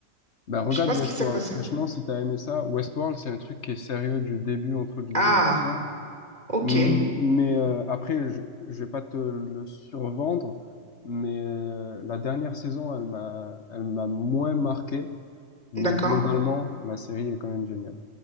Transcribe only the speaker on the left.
Ben, regarde
Westworld.
Franchement, si t'as aimé ça, Westworld, c'est un truc qui est sérieux du début, entre guillemets,
à la fin.
Hum, Mais euh, après, je, je vais pas te le survendre, mais euh, la dernière saison, elle m'a, elle m'a moins marqué, mais
globalement, la série est quand même géniale.